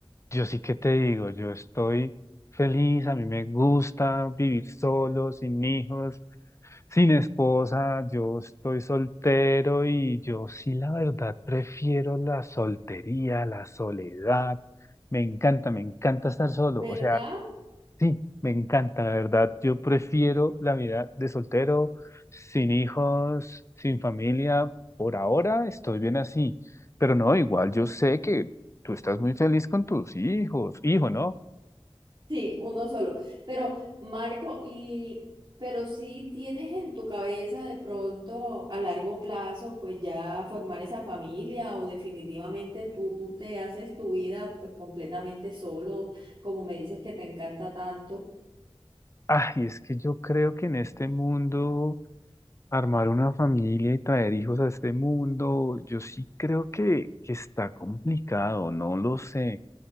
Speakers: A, on the left; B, on the right.
A: yo sí que te digo, yo estoy feliz, a mí me gusta vivir solo, sin hijos. Sin esposa, yo estoy soltero y yo sí, la verdad, prefiero la soltería, la soledad. Me encanta, me encanta estar solo.
B: ¿Verdad?
A: O sea, sí, me encanta, la verdad. Yo prefiero la vida de soltero, sin hijos, sin familia. Por ahora estoy bien así. Pero no, igual yo sé que tú estás muy feliz con tus hijos. Hijo, ¿no?
B: Sí, uno solo. Pero, Marco, y pero si tienes en tu cabeza de pronto a largo plazo, pues ya formar esa familia o definitivamente tú te haces tu vida pues completamente solo, como me dices que te encanta tanto.
A: Ay, es que yo creo que en este mundo... Armar una familia y traer hijos a este mundo, yo sí creo que, que está complicado, no lo sé.